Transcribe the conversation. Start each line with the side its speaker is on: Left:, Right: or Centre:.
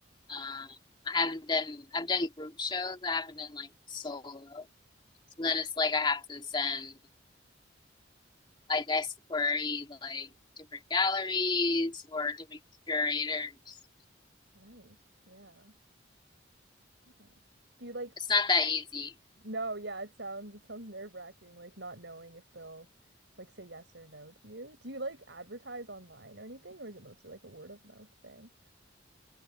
Left: um, I haven't done, I've done group shows. I haven't done like solo So then it's like I have to send, like, I guess, query like different galleries or different curators.
Right: Nice. Yeah. Yeah. Do you like
Left: It's not that easy.
Right: No, yeah, it sounds it sounds nerve-wracking, like not knowing if they'll like say yes or no to you. Do you like advertise online or anything, or is it mostly like a word of mouth thing?